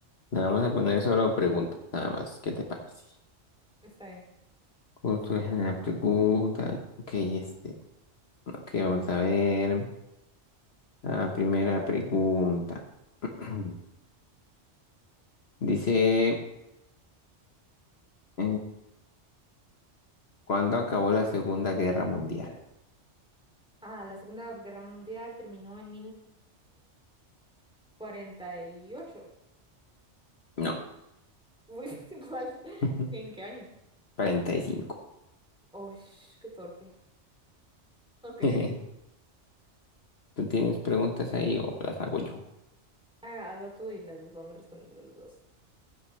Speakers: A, on the left (about 60°); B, in the centre.
A: Le vamos a poner solo preguntas, nada más. ¿Qué te parece?
B: Está bien.
A: Cultura general, preguntas. Ok, este. Ok, vamos a ver. La primera pregunta. <clears throat> Dice, eh, ¿cuándo acabó la Segunda Guerra Mundial?
B: Ah, la Segunda Guerra Mundial terminó en 1948.
A: No,
B: Uy, <laughs> ¿cuál?
A: <laughs>
B: ¿En qué año?
A: cuarenta y cinco.
B: Uy, qué torpe. Ok.
A: <laughs> ¿Tú tienes preguntas ahí o las hago yo?
B: Ah, hazlo tú y las vamos respondiendo los dos.